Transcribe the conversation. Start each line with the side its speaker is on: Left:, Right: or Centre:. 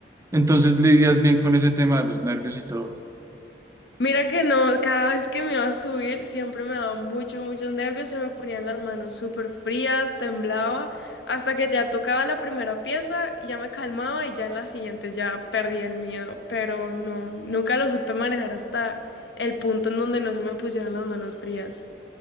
Right: Entonces lidias bien con ese tema de los nervios y todo.
Left: Mira que no, cada vez que me iba a subir siempre me daba mucho, muchos nervios, se me ponían las manos súper frías, temblaba, hasta que ya tocaba la primera pieza, y ya me calmaba y ya en las siguientes ya perdía el miedo, pero no, nunca lo supe manejar hasta el punto en donde no se me pusieron las manos frías.